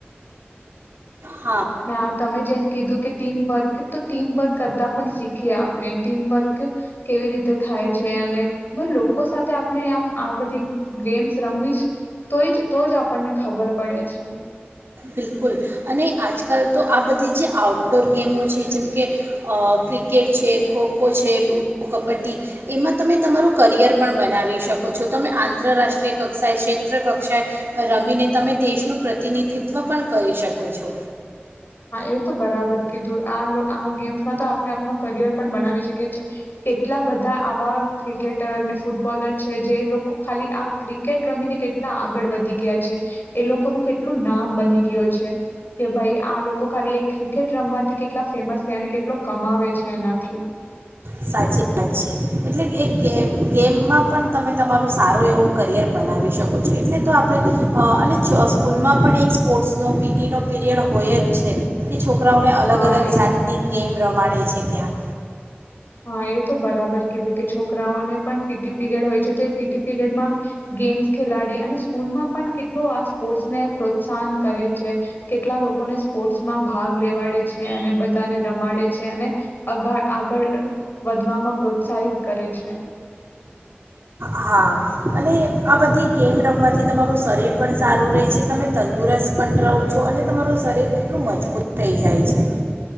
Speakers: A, on the right (about 70°); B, on the left (about 60°).
A: હા
B: ના તમે જેમ કીધું કે ટીમવર્ક તો ટીમવર્ક કરતાં પણ શીખીએ આપણે ટીમવર્ક કેવી રીતે થાય છે, અને લોકો સાથે આપણે આમ આ બધી ગેમ્સ રમવીશ તો તો જ આપણને ખબર પડે છે.
A: બિલકુલ અને આજકાલ તો આ બધી જે આઉટડોર ગેમો છે. જેમ કે ક્રિકેટ છે, ખોખો છે, લૂડો કબડ્ડી એમાં તમે તમારું કરિયર પણ બનાવી શકો છો. તમે આંતરરાષ્ટ્રીય કક્ષાએ, ક્ષેત્ર કક્ષાએ, રમીને તમે દેશનું પ્રતિનિધિત્વ ત્વ પણ કરી શકો છો.
B: એ તો બરાબર કીધું આ ગેમ્સમાં તો આપને ન કરિયર પણ બનાવી શકે છે. કેટલા બધાં આવાં ક્રિકેટર ને ફૂટબોલર છે જે લોકો ખાલી આ ક્રિકેટ રમીને કેટલા આગળ વધી ગયા છે. એ લોકોનું કેટલું નામ બની ગયું છે, કે ભાઈ આ લોકો ખાલી ક્રિકેટ રમવાથી કેટલા ફેમસ છે અને કેટલો કમાવે છે એનાથી.
A: સાચી વાત છે. એટલે એે ગેમમાં પણ તમે તમારું સારો એવો કરિયર બનાવી શકો છો. એટલે તો આપણે અને સ્કૂલમાં પણ એક સ્પોર્ટ્સનો પીટી નો પીરિયડ હોય જ છે કે છોકરાઓને અલગ
B: હા
A: અલગ
B: એજ
A: જાતની ગેમ રમાડ રમાડે છે ત્યાં.
B: હા એ તો બરાબર કીધું કે છોકરાઓને પણ પીટી પીરિયડ હોય છે, તો એ પીટી પીરિયડમાં ગેમ્સ ખેલાડે અને સ્કૂલમાં પણ કેટલો આ સ્પોર્ટ્સને પ્રોત્સાહન કરે છે, કેટલા લોકોને સ્પોર્ટ્સમાં ભાગ લેવાડે છે. અને બધાને રમાડે છે અગાર આગળ વધવામાં પ્રોત્સાહિત કરે છે.
A: હા અને આ બધી ગેમ રમવાથી તમારું શરીર પણ સારું રહે છે. તમે તંદુરસ્ત પણ રહો છો, અને તમારું શરીર કેટલું મજબૂત થઈ જાય છે.